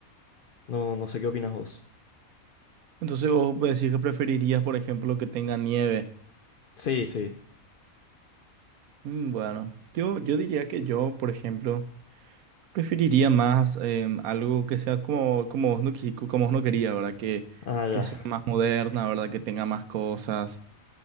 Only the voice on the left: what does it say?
No, no sé qué opinas vos.
Sí, sí.
Ah, ya.